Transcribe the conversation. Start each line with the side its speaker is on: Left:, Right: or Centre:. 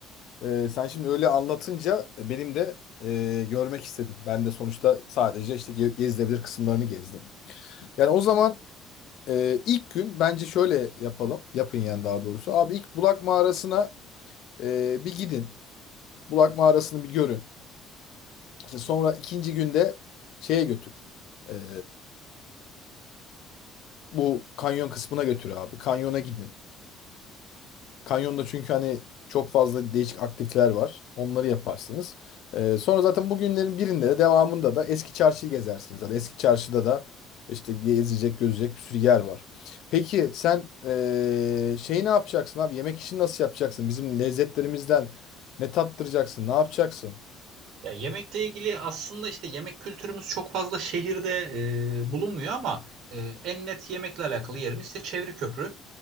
Left: Ee, sen şimdi öyle anlatınca benim de e, görmek istedim. Ben de sonuçta sadece işte ge- gezilebilir kısımlarını gezdim. Yani o zaman e, ilk gün bence şöyle yapalım. Yapın yani daha doğrusu. Abi ilk Bulak Mağarası'na e, bir gidin. Bulak mağarasını bir görün. İşte sonra ikinci günde şeye götür. Ee, bu kanyon kısmına götür abi. Kanyona gidin. Kanyonda çünkü hani çok fazla değişik aktiviteler var. Onları yaparsınız. Ee, sonra zaten bugünlerin birinde de devamında da eski çarşıyı gezersiniz. Zaten eski çarşıda da işte gezecek, gözecek bir sürü yer var. Peki sen ee, şeyi ne yapacaksın abi? Yemek işini nasıl yapacaksın? Bizim lezzetlerimizden ne tattıracaksın? Ne yapacaksın?
Right: Ya yemekle ilgili aslında işte yemek kültürümüz çok fazla şehirde e, bulunmuyor ama e, en net yemekle alakalı yerimiz işte Çevri Köprü.